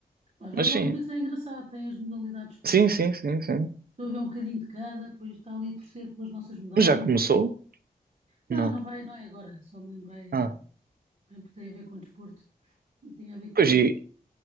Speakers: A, on the right; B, on the right.
A: Os Jogos
B: Mas sim.
A: Olímpicos é engraçado, tem as modalidades todas.
B: Sim, sim, sim, sim.
A: Estou a ver um bocadinho de cada, depois está ali a torcer pelas nossas medalhas.
B: Mas Já começou?
A: Não,
B: Não.
A: não vai, não é agora. Só me lembrei
B: Ah.
A: Também porque tem a ver com o desporto, tem a ver que estávamos
B: Pois e,
A: aqui.